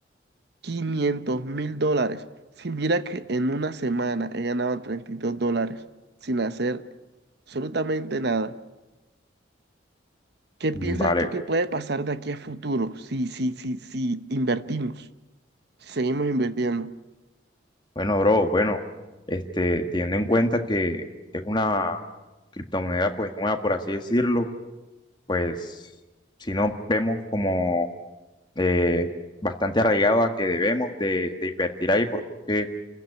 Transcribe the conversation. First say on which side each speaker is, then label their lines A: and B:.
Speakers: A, on the right; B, on the left.
A: quinientos mil dólares. Si mira que en una semana he ganado 32 dólares sin hacer absolutamente nada. ¿Qué piensas
B: Mm, Vale.
A: tú que puede pasar de aquí a futuro si, si, si, si invertimos, si seguimos invirtiendo?
B: Bueno, bro, bueno, este, teniendo en cuenta que es una criptomoneda pues nueva, por así decirlo, pues si no vemos como eh, bastante arraigado a que debemos de, de invertir ahí porque,